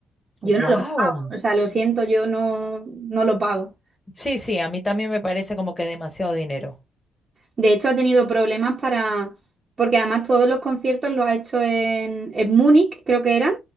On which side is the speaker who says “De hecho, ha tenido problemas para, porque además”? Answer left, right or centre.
Right